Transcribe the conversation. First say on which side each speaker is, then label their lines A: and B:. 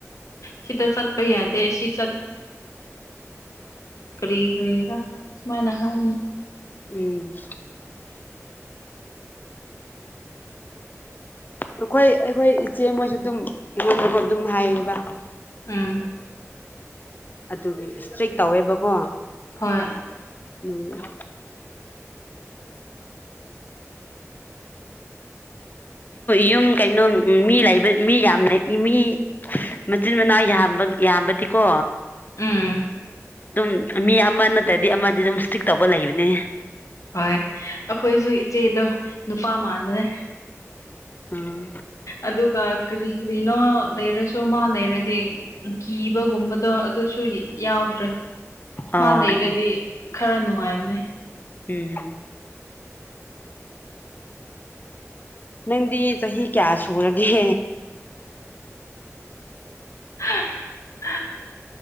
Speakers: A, on the left; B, on the left.
A: ꯁꯤꯗ ꯆꯠ ꯩꯌꯥꯗꯁꯤ ꯁꯠ ꯀꯔꯤꯦꯒ ꯁꯨꯃꯥꯏꯅ ꯍꯥꯏꯅꯤ
B: ꯎꯝ ꯑꯩꯈꯣꯏ ꯑꯩꯈꯣꯏ ꯏꯆꯦ ꯃꯣꯏꯁꯨ ꯑꯗꯨꯝ ꯑꯩꯉꯣꯟꯗꯀꯣ ꯑꯗꯨꯝ ꯍꯥꯏꯌꯦꯕ
A: ꯑꯥ
B: ꯑꯗꯨꯒꯤ ꯏꯁꯇ꯭ꯔꯤꯛ ꯇꯧꯋꯦꯕꯀꯣ
A: ꯍꯣꯏ
B: ꯎꯝ ꯌꯨꯝ ꯀꯩꯅꯣ ꯃꯤ ꯂꯩꯕ ꯃꯤ ꯌꯥꯝ ꯂꯩ ꯃꯤ ꯃꯆꯤꯟ ꯃꯅꯥꯎꯕ ꯌꯥꯝꯕꯗꯤꯀꯣ
A: ꯎꯝ
B: ꯑꯗꯨꯝ ꯃꯤ ꯑꯃ ꯅꯠꯇ꯭ꯔꯗꯤ ꯑꯃꯗꯤ ꯑꯗꯨꯝ ꯏꯁꯇꯤꯛ ꯇꯧꯕ ꯂꯩꯕꯅꯦ
A: ꯍꯣꯏ ꯑꯩꯈꯣꯏꯁꯨ ꯏꯆꯦꯗꯣ ꯅꯨꯄꯥ ꯃꯗꯅꯦ
B: ꯎꯝ
A: ꯑꯗꯨꯒ ꯀꯔꯤ ꯀꯔꯤꯅꯣ ꯂꯩꯔꯁꯨ ꯃꯥ ꯂꯩꯔꯗꯤ ꯀꯤꯕꯒꯨꯝꯕꯗꯣ ꯑꯗꯨꯁꯨ ꯌꯥꯎꯗ꯭ꯔꯦ
B: ꯑꯣ
A: ꯃꯥ ꯂꯩꯔꯗꯤ
B: ꯑꯣ
A: ꯈꯔ ꯅꯨꯡꯉꯥꯏꯕꯅꯦ
B: ꯎꯝ ꯅꯪꯗꯤ ꯆꯍꯤ ꯀꯌꯥ ꯁꯨꯔꯒꯦ
A: <unintelligible>